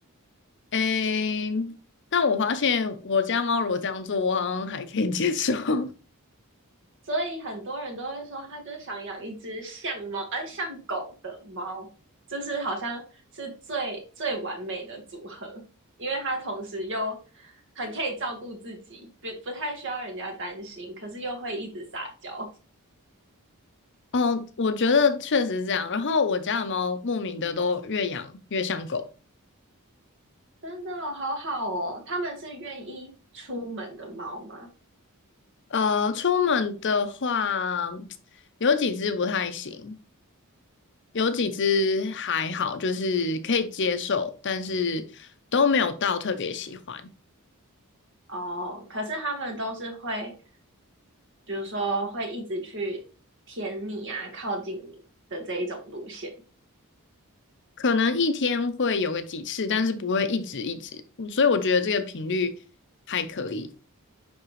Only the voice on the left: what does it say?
诶。但我发现我家猫如果这样做，我好像还可以接受。<laughs>
哦，我觉得确实是这样。然后我家的猫莫名的都越养越像狗。
呃，出门的话，有几只不太行，有几只还好，就是可以接受，但是都没有到特别喜欢。
可能一天会有个几次，但是不会一直一直。所以我觉得这个频率还可以。